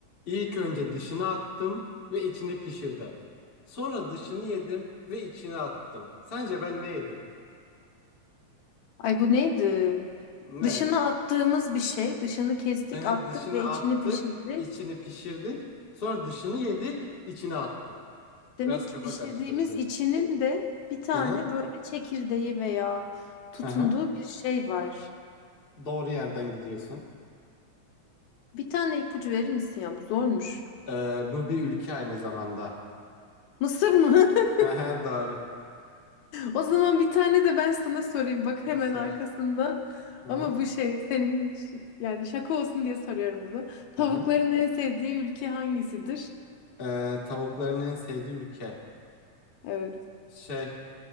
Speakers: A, on the left (about 35°); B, on the left (about 75°).
A: İlk önce dışını attım ve içini pişirdim. Sonra dışını yedim ve içini attım. Sence ben ne yedim?
B: Ay bu neydi?
A: Ne?
B: Dışına attığımız bir şey. Dışını kestik,
A: <laughs>
B: attık
A: Dışını
B: ve
A: attık,
B: içini pişirdik.
A: içini pişirdik. Sonra dışını yedik, içine attık.
B: Demek
A: Biraz kafa
B: ki pişirdiğimiz
A: karıştırıcı.
B: içinin de bir tane
A: Hı hı.
B: böyle çekirdeği veya tutunduğu
A: Hı hı.
B: bir şey var.
A: Doğru yerden gidiyorsun.
B: Bir tane ipucu verir misin ya? Bu Zormuş.
A: Ee, bu bir ülke aynı zamanda.
B: Mısır mı? <laughs>
A: Hı hı, Doğru.
B: O zaman bir tane de ben sana sorayım. Bak hemen
A: Sor.
B: arkasından.
A: Hı
B: Ama
A: hı.
B: bu şey senin ş- yani şaka olsun diye soruyorum bunu. Tavukların
A: Hı hı.
B: en sevdiği ülke hangisidir?
A: Ee, tavukların en sevdiği ülke.
B: Evet.
A: Şey,